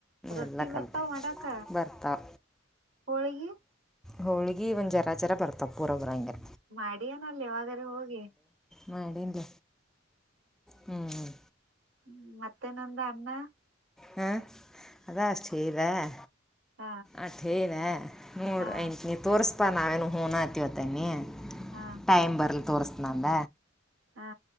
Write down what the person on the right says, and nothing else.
ರೊಟ್ಟಿ
ಬರ್ತಾವ ಮಾಡಕ
ಹೋಳಿಗೆ
ಮಾಡಿನ ಇಲ್ಲವಾದ್ರೆ ಹೋಗಿ
ಹ್ಮ ಮತ್ತೆ ನಂದ ಅಣ್ಣ
ಹ
ಹಾ
ಹಾ
ಹಾ